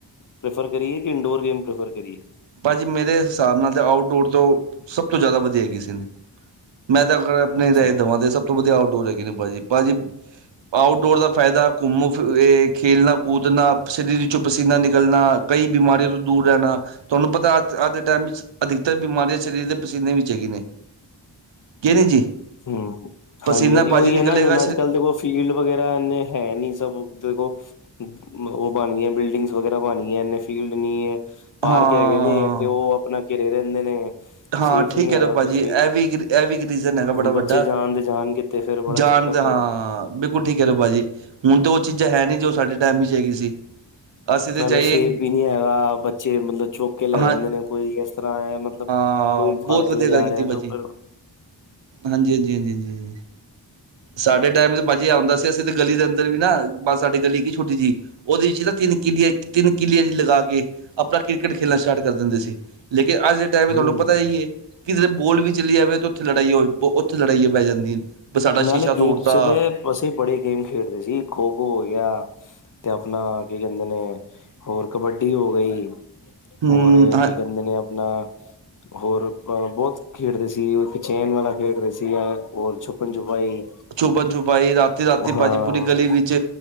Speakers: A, on the left (about 45°); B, on the right (about 80°).
A: ਪ੍ਰੈਫਰ ਕਰੀਏ ਕਿ ਇੰਡੋਰ ਗੇਮ ਪ੍ਰੈਫਰ ਕਰੀਏ।
B: ਭਾਜੀ ਮੇਰੇ ਹਿਸਾਬ ਨਾਲ ਤੇ ਆਊਟਡੋਰ ਤੋਂ ਸਭ ਤੋਂ ਜ਼ਿਆਦਾ ਵਧੀਆ ਹੈਗੀ ਸੀ ਮੈਂ ਤਾਂ ਅਗਰ ਆਪਣੇ
A: ਅੱਛਾ
B: ਰਾ ਦੇਵਾਂ ਤੇ ਸਭ ਤੋਂ ਵਧੀਆ ਆਊਟਡੋਰ ਹੈਗੇ ਨੇ ਭਾਜੀੀ ਭਾਜੀੀ ਆਊਟਡੋਰ ਦਾ ਫਾਇਦਾ ਘੁੰਮੋ ਫਿਰ ਇਹ ਖੇਡਣਾ ਕੂਦਣਾ ਸਿਰੀ ਵਿੱਚੋਂ ਪਸੀਨਾ ਨਿਕਲਣਾ। ਕਈ ਬਿਮਾਰੀਆਂ ਤੋਂ ਦੂਰ ਰਹਿਣਾ ਤੁਹਾਨੂੰ ਪਤਾ ਅੱਜ ਅੱਜ ਦੇ ਟਾਈਮ ਵਿੱਚ ਅਧਿਕ। ਤਰ ਬਿਮਾਰੀਆਂ ਸਰੀਰ ਦੇ ਪਸੀਨੇ ਵਿੱਚ ਚ ਹੈਗੀ ਨੇ ਕੀ ਨਹੀਂ ਜੀ।
A: ਹਮ
B: ਪਸੀਨਾ
A: ਹਾਂਜੀ, ਹਾਂਜੀ
B: ਭਾਜੀ
A: ਉਹੀ
B: ਨਿਕਲੇਗਾ
A: ਹੈ ਨਾ, ਹੁਣ ਅੱਜ
B: ਸ਼
A: ਕੱਲ੍ਹ ਦੇਖੋ। ਫੀਲਡ ਵਗੈਰਾ ਇਹਨੇ ਹੈ ਨੀ ਸਭ ਦੇਖੋ। ਉਹ ਬਣ ਗਈਆਂ ਬਿਲਡਿੰਗਸ ਵਗੈਰਾ ਬਣ ਗਈਆਂ ਨੇ ਫੀਲਡ ਨਹੀ ਹੈ। ਪਾਰਕ
B: ਹਾਂ
A: ਹੈਗੇ ਨੇ ਤੇ ਉਹ ਆਪਣਾ ਘਿਰੇ ਰਹਿੰਦੇ ਨੇ।
B: ਹਾਂ
A: ਸੇਫ
B: ਠੀਕ
A: ਨੀ ਹੈਗਾ
B: ਹੈ ਤਾਂ ਭਾਈ
A: ਕੁਛ
B: ਜੀ ਇਹ ਵੀ ਇਹ ਵੀ ਇੱਕ ਰੀਜ਼ਨ ਹੈਗਾ
A: ਹੁਣ
B: ਬੜਾ ਵੱਡਾ
A: ਬੱਚੇ ਜਾਣ ਤੇ ਜਾਣ ਕਿਤੇ ਫੇਰ ਬੜਾ
B: ਜਾਣ
A: ਚੱਕਰ
B: ਦਾ
A: ਪੈ
B: ਹਾਂ।
A: ਜਾਂਦਾ।
B: ਬਿਲਕੁਲ ਠੀਕ ਹੈ ਨਾ ਭਾਜੀ ਹੁਣ ਤਾਂ ਉਹ ਚੀਜ਼ਾਂ ਹੈ ਨੀ ਜੋ ਸਾਡੇ ਟਾਈਮ ਵਿੱਚ ਹੈਗੀ ਸੀ ਅਸੀਂ। ਤਾਂ
A: ਨਾਲੇ
B: ਜਾਈਏ
A: ਸੇਫ ਵੀ ਨੀ ਹੈਗਾ ਬੱਚੇ ਮਤਲਬ ਚੁੱਕ ਕੇ ਲੈ
B: ਹਾਂ
A: ਜਾਂਦੇ ਨੇ ਕੋਈ ਇਸ ਤਰ੍ਹਾਂ ਹੈ ਮਤਲਬ।
B: ਹਾਂ
A: ਕੋਈ
B: ਬਹੁਤ
A: ਫੜ
B: ਵਧੀਆ
A: ਕੇ ਲੈ ਜਾ
B: ਗੱਲ ਕੀਤੀ
A: ਰਿਹਾ ਤੇ
B: ਭਾਜੀ
A: ਉਹ ਫਿਰ
B: ਹਾਂਜੀ ਹਾਂਜੀ ਹਾਂਜੀ ਹਾਂਜੀ। ਸਾਡੇ ਟਾਈਮ ਤੇ ਭਾਜੀ ਆਉਂਦਾ ਸੀ ਅਸੀਂ ਤੇ ਗਲੀ ਦੇ ਅੰਦਰ ਵੀ ਨਾ ਬਸ ਸਾਡੀ ਗਲੀ ਕੀ ਛੁੱਟੀ ਜਿਹੀ। ਉਹਦੇ ਵਿੱਚ ਨਾ ਕਿਨ ਕਿੰਨੀਆਂ। ਤਿੰਨ ਕਿੰਨੀਆਂ ਜਹੀਆਂ ਲਗਾ ਕੇ ਆਪਣਾ ਕ੍ਰਿਕਟ ਖੇਡਣਾ ਸਟਾਰਟ ਕਰ ਦਿੰਦੇ ਸੀ ਲੇਕਿਨ ਅੱਜ ਦੇ ਟਾਈਮ
A: ਹੂੰ-ਹੂੰ।
B: ਤੁਹਾਨੂੰ ਪਤਾ ਹੀ ਹੈ ਕਿ ਜ ਬੋਲ ਵੀ ਚਲੀ ਜਾਵੇ ਉੱਥੇ ਲੜਾਈ ਹੋ ਉੱਥੇ ਲੜਾਈਆਂ ਪੈ ਜਾਂਦੀਆਂ। ਬ ਸਾਡਾ ਸ਼ੀਸ਼ਾ
A: ਨਾਲੇ
B: ਤੋੜਤਾ
A: ਗੇਮਜ਼ ਤੇ ਅਸੀਂ ਬੜੇ ਗੇਮ ਖੇਡਦੇ ਸੀ ਖੋ ਖੋ ਹੋ ਗਿਆ। ਤੇ ਆਪਣਾ ਕੀ ਕਹਿੰਦੇ ਨੇ ਹੋਰ ਕਬੱਡੀ ਹੋ ਗਈ।
B: ਹਮ
A: ਹੋਰ
B: ਹਾਂ
A: ਕੀ ਕਹਿੰਦੇ ਨੇ ਆਪਣਾ। ਹੋਰ ਅ ਬਹੁਤ ਖੇਡਦੇ ਸੀ ਇੱਕ ਚੈਨ ਵਾਲਾ ਖੇਡਦੇ ਸੀ ਜਾਂ ਹੋਰ ਛੁੱਪ ਛੁਪਣ ਛੁਪਾਈ।
B: ਛੁਪਣ ਛੁਪਾਈ ਰਾਤੀ ਰਾਤੀ
A: ਹਾਂ।
B: ਬਾਜੀ ਪੂਰੀ
A: ਹੂੰ।
B: ਗਲੀ ਵਿੱਚ।